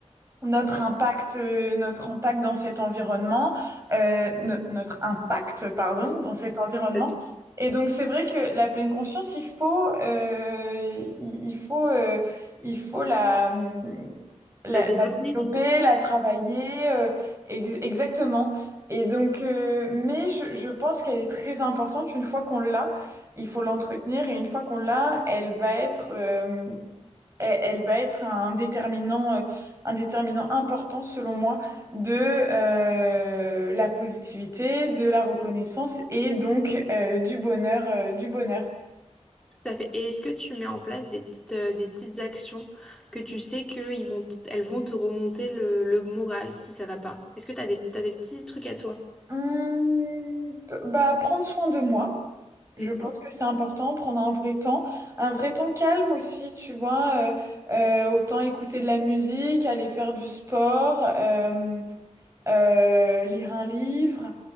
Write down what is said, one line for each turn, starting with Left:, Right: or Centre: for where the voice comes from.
Right: notre impact, euh, notre impact dans cet environnement, euh, no- notre impact, pardon, dans cet environnement.
Centre: Pas tout.
Right: Et donc c'est vrai que la pleine conscience, il faut, euh, il il faut, euh, il faut la, hum, la,
Centre: La développer,
Right: la développer, la travailler, euh, ex- exactement. Et donc, euh, mais je, je pense qu'elle est très importante. Une fois qu'on l'a, il faut l'entretenir. Et une fois qu'on l'a, elle va être, euh, elle, elle va être un déterminant, euh, un déterminant important selon moi de euh, la positivité, de la reconnaissance et donc euh, du bonheur, euh, du bonheur.
Centre: tout à fait. Et est-ce que tu mets en place des petites, euh, des petites actions que tu sais que vont, t- elles vont te remonter le, le moral si ça va pas? Est-ce que tu as des, t'as des petits trucs à toi?
Right: Hum, bah, prendre soin de moi. Je
Centre: Mhm,
Right: pense que c'est important, prendre un vrai temps, un vrai temps calme aussi, tu vois. euh, euh, autant écouter de la musique, aller faire du sport. euh, euh, lire un livre.